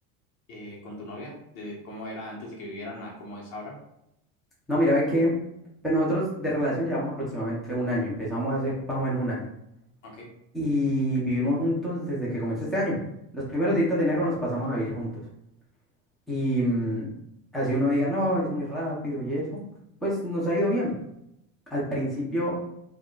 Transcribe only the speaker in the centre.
No, mira, ve que pues nosotros de relación llevamos aproximadamente un año. Empezamos hace más o menos un año.
Y vivimos juntos desde que comenzó este año. Los primeros días de enero nos pasamos a vivir juntos. Y mm, así uno diga, no, es muy rápido y eso, pues nos ha ido bien. Al principio